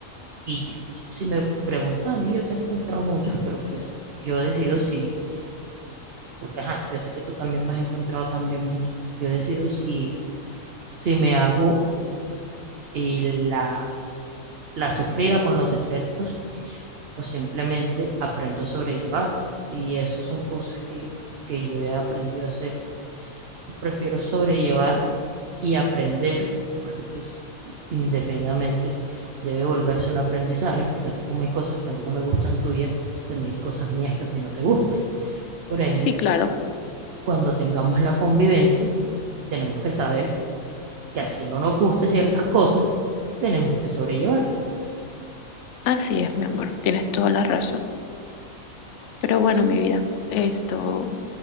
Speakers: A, on the right; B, on the left.
A: y si me preguntas a mí, yo te he encontrado muchos, pero pues yo decido si Porque, ajá, yo sé que tú también me has encontrado también muchos. Yo decido si, si me hago eh, la, la sufrida con los defectos o simplemente aprendo a sobrellevarlos. Y eso son cosas que, que yo he aprendido a hacer. Prefiero sobrellevar y aprender, porque pues indefinidamente debe volverse un aprendizaje, porque así como hay cosas que a mí no me gustan tuyas, también hay cosas mías que a ti no te gustan. Por ende,
B: Sí, claro,
A: cuando tengamos la convivencia, tenemos que saber que así no nos guste ciertas cosas, tenemos que sobrellevarlas.
B: así es, mi amor, tienes toda la razón. Pero bueno, mi vida, esto,